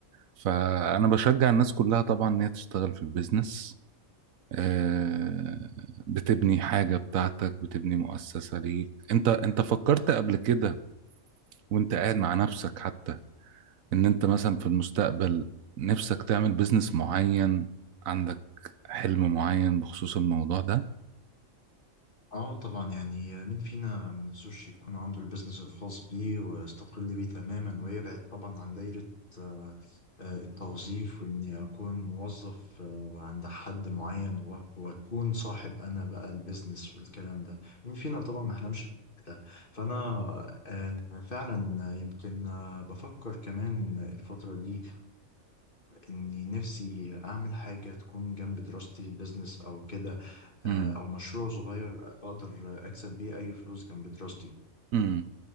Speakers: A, on the right; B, on the left.
A: فأنا بشجع الناس كلها طبعا إن هي تشتغل في البيزنس آه، بتبني حاجة بتاعتك بتبني مؤسسة ليك أنت أنت فكرت قبل كده وأنت قاعد مع نفسك حتى إن أنت مثلا في المستقبل نفسك تعمل بيزنس معين عندك حلم معين بخصوص الموضوع ده؟
B: اه طبعا يعني مين فينا ما نفسوش يكون عنده البيزنس الخاص بيه ويستقل بيه تماما ويبعد طبعا عن دايرة آه، آه، التوظيف واني اكون موظف آه، عند حد معين و- واكون صاحب انا بقى البيزنس والكلام ده مين فينا طبعا ما حلمش بده فانا آه، فعلا يمكن آه، بفكر كمان الفترة دي إني نفسي أعمل حاجة تكون جنب دراستي بيزنس أو كده
A: مم.
B: آه، أو مشروع صغير أقدر أكسب بيه أي فلوس جنب دراستي
A: مم.